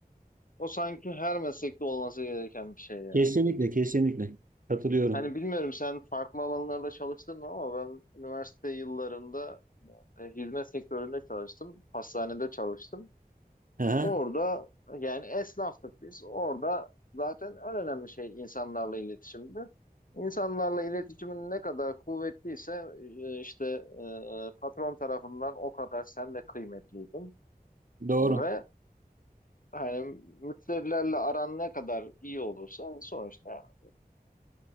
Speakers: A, on the left (about 60°); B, on the right (about 60°).
A: o sanki her meslekte olması gereken bir şey ya.
B: Kesinlikle, kesinlikle. Katılıyorum.
A: Hani bilmiyorum sen farklı alanlarda çalıştın mı ama ben üniversite yıllarında e, hizmet sektöründe çalıştım. hastanede çalıştım.
B: Aha,
A: Orada yani esnaftık biz. Orada zaten en önemli şey insanlarla iletişimdi. İnsanlarla iletişimin ne kadar kuvvetliyse e, işte e, patron tarafından o kadar sen de kıymetliydin.
B: doğru.
A: Ve hani müşterilerle aran ne kadar iyi olursa sonuçta